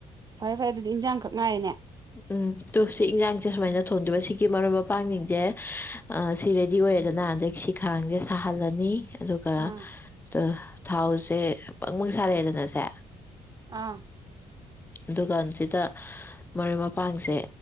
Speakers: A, on the right; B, on the left.
A: ꯐꯔꯦ ꯐꯔꯦ ꯑꯗꯨꯗꯤ ꯏꯟꯖꯥꯡꯈꯛ ꯉꯥꯏꯔꯦꯅꯦ
B: ꯎꯝ ꯇꯨ ꯁꯤ ꯏꯟꯁꯥꯡꯁꯦ ꯁꯨꯃꯥꯏꯅ ꯊꯣꯡꯗꯣꯏꯕ ꯁꯤꯒꯤ ꯃꯔꯨꯞ ꯃꯄꯥꯡꯁꯤꯡꯁꯦꯑ ꯑ ꯁꯤ ꯔꯦꯗꯤ ꯑꯣꯏꯔꯦꯗꯅ ꯑꯗꯩꯒꯤ ꯁꯤ ꯈꯔꯥꯡꯁꯦ ꯁꯥꯍꯜꯂꯅꯤ ꯑꯗꯨꯒ
A: ꯑꯥ
B: ꯇ ꯊꯥꯎꯁꯦ ꯕꯪꯕꯪ ꯁꯥꯔꯛꯑꯦꯗꯅꯁꯦ
A: ꯑꯥ
B: ꯗꯨꯀꯥꯟꯁꯤꯗ ꯃꯔꯣꯏ ꯃꯄꯥꯡꯁꯦ